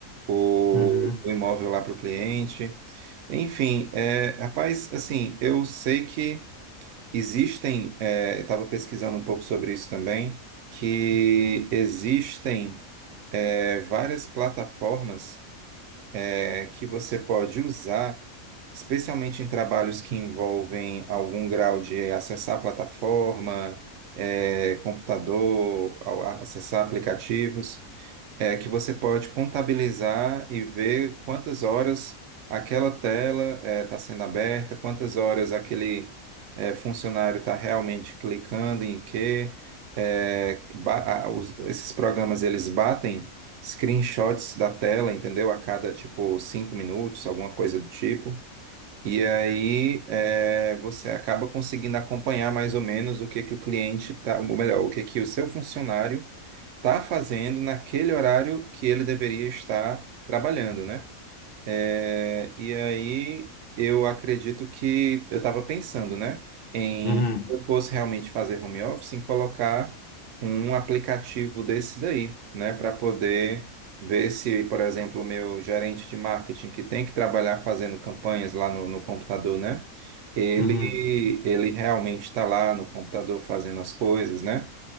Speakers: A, on the right; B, on the left.
A: o,
B: uhum,
A: o imóvel lá para o cliente. Enfim, é, rapaz, assim, eu sei que Existem, é, estava pesquisando um pouco sobre isso também, que existem é, várias plataformas é, que você pode usar, especialmente em trabalhos que envolvem algum grau de acessar a plataforma, é, computador, ao- a- acessar aplicativos é que você pode contabilizar e ver quantas horas aquela tela está sendo aberta, quantas horas aquele eh, funcionário está realmente clicando em que eh, ba- a- os- esses programas eles batem screenshots da tela, entendeu? A cada tipo cinco minutos, alguma coisa do tipo. E aí eh, você acaba conseguindo acompanhar mais ou menos o que que o cliente tá, ou melhor, o que que o seu funcionário está fazendo naquele horário que ele deveria estar trabalhando, né? É, e aí eu acredito que eu estava pensando, né, em
B: uhum,
A: se eu fosse realmente fazer home office, em colocar um aplicativo desse daí, né, para poder ver se, por exemplo, o meu gerente de marketing que tem que trabalhar fazendo campanhas lá no, no computador, né? Ele,
B: uhum.
A: ele realmente está lá no computador fazendo as coisas, né?